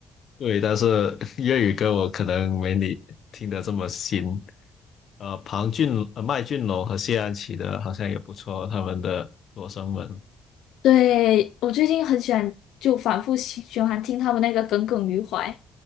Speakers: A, on the left (about 60°); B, on the left (about 85°).
A: 对，但是 <laughs> 粤语歌我可能没你听得这么新。呃，庞俊、呃麦浚龙和谢安琪的好像也不错，他们的《罗生门》
B: 对，我最近很喜欢，就反复喜循环听他们那个《耿耿于怀》，